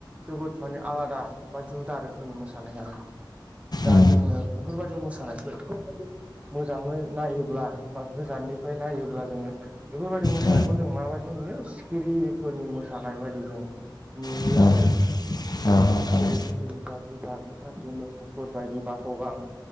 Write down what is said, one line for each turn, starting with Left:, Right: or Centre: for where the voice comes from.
Right: जोबोद माने आलादा बा जुदा रोखोमनि मोसानाय आरो। दा
Left: औ
Right: जोङो बेफोरबायदि मोसानायखौ मोजाङै नायोब्ला बा गोजाननिफ्राय नायोब्ला जोङो बेफोरबायदि मोसानायखौ
Left: औ
Right: जों माबायदि नुयो सिखिरिफोरनि मोसानाय बायदि जों नुयो
Left: औ
Right: आरो।
Left: औ
Right: समायना
Left: नोंथां औ नोंथां
Right: जेरै सिखिरिफोरा गोजा गोथां गोमो गुफुर बायदि बाथ' गां।